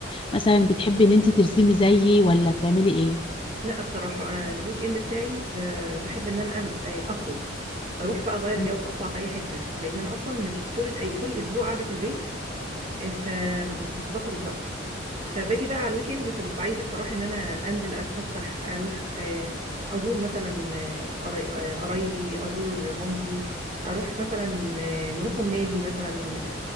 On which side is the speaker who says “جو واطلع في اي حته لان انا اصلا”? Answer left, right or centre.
Right